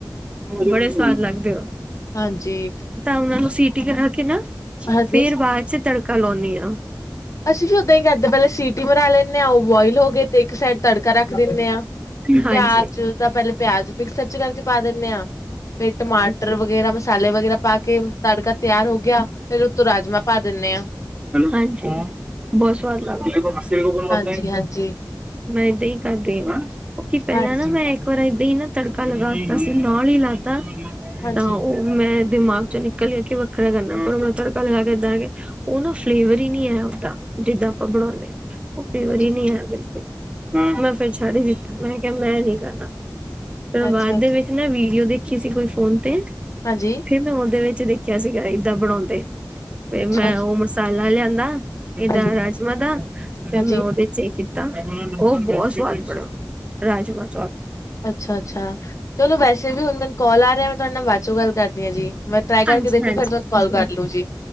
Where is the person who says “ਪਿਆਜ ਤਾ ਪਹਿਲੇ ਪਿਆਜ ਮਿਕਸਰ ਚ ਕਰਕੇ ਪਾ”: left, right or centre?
Left